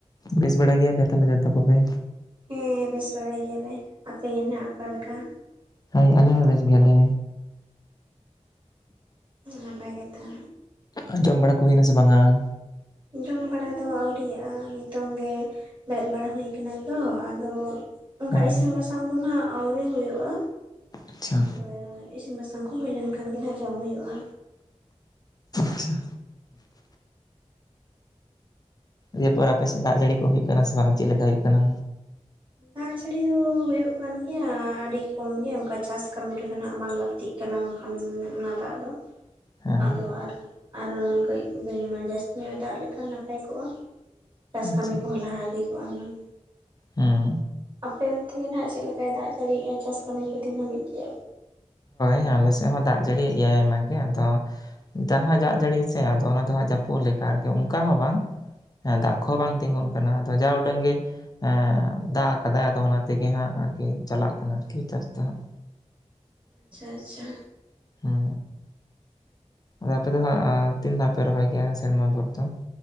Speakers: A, on the left (about 30°); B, on the right (about 40°).
A: ᱵᱮᱥ ᱵᱟᱲᱟ ᱜᱮᱭᱟ ᱯᱮ ᱛᱟᱦᱮᱞᱮ ᱡᱚᱛᱚ ᱠᱚᱜᱮ?
B: ᱦᱮᱸ ᱵᱮᱥ ᱵᱟᱲᱟ ᱜᱮᱭᱟ ᱞᱮ, ᱟᱯᱮ ᱜᱮ ᱱᱷᱟᱸᱜ ᱚᱠᱟ ᱞᱮᱠᱟ?
A: ᱦᱮᱸ ᱟᱹᱞᱤᱧ ᱦᱚᱸ ᱵᱮᱥ ᱜᱮᱭᱟᱞᱮ᱾
B: ᱟᱸ ᱱᱟᱯᱟᱭ ᱠᱟᱛᱷᱟ,
A: ᱟᱸ ᱡᱚᱢ ᱵᱟᱲᱟ ᱠᱚ ᱦᱩᱭ ᱮᱱᱟ ᱥᱮ ᱵᱟᱝᱼᱟᱸ?
B: ᱡᱚᱢ ᱵᱟᱲᱟ ᱫᱚ ᱟᱹᱣᱨᱤᱭᱟᱜᱼᱟ ᱱᱤᱛᱚᱝ ᱜᱮ ᱵᱮᱨᱮᱫ ᱵᱟᱲᱟ ᱦᱩᱭ ᱭᱟᱠᱟᱱᱟ ᱛᱚ ᱟᱫᱚ ᱚᱱᱠᱟ
A: ᱦᱮᱸ
B: ᱤᱥᱤᱱ ᱵᱟᱥᱟᱝ ᱫᱚ ᱱᱷᱟᱸᱜ ᱟᱹᱣᱨᱤ ᱦᱩᱭᱩᱜᱼᱟ,
A: ᱟᱪᱪᱷᱟ
B: ᱟᱫᱚᱭ ᱤᱥᱤᱱ ᱵᱟᱥᱟᱝ ᱚᱱᱟ ᱠᱚ ᱦᱩᱭ ᱞᱮᱱᱠᱷᱟᱱ ᱜᱮ ᱱᱷᱟᱸᱜ ᱡᱚᱢ ᱦᱩᱭᱩᱜᱼᱟ᱾
A: ᱟᱪᱪᱷᱟ ᱤᱭᱟᱹ ᱯᱚᱨ ᱟᱯᱮᱥᱮᱫ ᱫᱟᱜ ᱡᱟᱹᱲᱤ ᱠᱚ ᱦᱩᱭᱩᱜ ᱠᱟᱱᱟ ᱥᱮ ᱵᱟᱝ, ᱪᱮᱫ ᱞᱮᱠᱟ ᱦᱩᱭᱩᱜ ᱠᱟᱱᱟ?
B: ᱫᱟᱜ ᱡᱟᱹᱲᱤ ᱫᱚ ᱦᱩᱭᱩᱜ ᱠᱟᱱ ᱜᱮᱭᱟ ᱟᱹᱰᱤ ᱠᱚᱢ ᱜᱮ ᱚᱸᱠᱟ ᱪᱟᱥ ᱠᱟᱹᱢᱤ ᱨᱮᱫᱚ ᱱᱷᱟᱸᱜ ᱵᱟᱝ ᱞᱟᱹᱠᱛᱤᱜ ᱠᱟᱱᱟ ᱚᱸᱠᱟᱱ ᱚᱱᱟ ᱫᱟᱜ ᱫᱚ,
A: ᱦᱮᱸ
B: ᱟᱫᱚ ᱟᱨ ᱟᱨ ᱠᱟᱹᱡ ᱵᱟᱹᱭ ᱢᱟᱱᱮ ᱡᱟᱹᱥᱛᱤ ᱧᱚᱜ ᱮ ᱫᱟᱜ ᱞᱮᱠᱷᱟᱱ ᱱᱟᱯᱟᱭ ᱠᱚᱜᱼᱟ᱾ ᱪᱟᱥ
A: ᱟᱪᱪᱷᱟ
B: ᱠᱟᱹᱢᱤ ᱠᱚᱦᱚᱸ ᱞᱟᱦᱟ ᱤᱫᱤ ᱠᱚᱜᱼᱟ ᱦᱩᱱᱟᱹᱝ?
A: ᱦᱮᱸ
B: ᱟᱯᱮ ᱚᱱᱛᱮ ᱜᱮ ᱱᱷᱟᱸᱜ ᱪᱮᱫ ᱞᱮᱠᱟᱭ ᱫᱟᱜ ᱡᱟᱹᱲᱤᱭᱮᱜᱼᱟ, ᱪᱟᱥ ᱠᱟᱹᱢᱤ ᱠᱚ ᱛᱤᱱ ᱦᱟᱹᱵᱤᱡ ᱠᱮᱜᱼᱟ?
A: ᱦᱮᱸ, ᱟᱞᱮ ᱥᱮᱜ ᱦᱚᱸ ᱫᱟᱜ ᱡᱟᱹᱲᱤ ᱭᱮᱜ ᱜᱮᱭᱟᱭ, ᱚᱱᱟ ᱜᱮ ᱟᱫᱚ ᱡᱟᱦᱟᱸ ᱡᱟᱜ ᱡᱟᱹᱲᱤ ᱟᱥᱮ ᱟᱫᱚ ᱚᱱᱟ ᱫᱚ ᱦᱟᱸᱜ ᱡᱟᱹᱯᱩᱫ ᱞᱮᱠᱟ ᱟᱨᱠᱤ ᱚᱸᱠᱟ ᱦᱚᱸ ᱵᱟᱝ, ᱦᱮᱸ ᱫᱟᱜ ᱠᱚᱦᱚᱸ ᱵᱟᱝ ᱛᱤᱸᱜᱩᱱ ᱠᱟᱱᱟ, ᱟᱫᱚ ᱡᱟ ᱩᱰᱟᱹᱝ ᱜᱮ ᱦᱮᱸ, ᱫᱟᱜ ᱟᱠᱟᱫᱟᱭ ᱟᱫᱚ ᱚᱱᱟ ᱛᱮᱜᱮ ᱦᱟᱸᱜ ᱟᱨᱠᱤ ᱪᱟᱞᱟᱜ ᱠᱟᱱᱟ ᱟᱨᱠᱤ ᱪᱟᱥ ᱫᱚ ᱦᱟᱸᱜ᱾
B: ᱟᱪᱪᱷᱟ ᱟᱪᱪᱷᱟ᱾
A: ᱦᱩᱸ, ᱟᱫᱚ ᱟᱯᱮ ᱫᱚ ᱦᱟᱸᱜ ᱮᱸ ᱛᱤᱱ ᱫᱷᱟᱣ ᱯᱮ ᱨᱚᱦᱚᱭ ᱜᱮᱭᱟ ᱥᱮᱨᱢᱟ ᱵᱷᱩᱨ ᱫᱚ?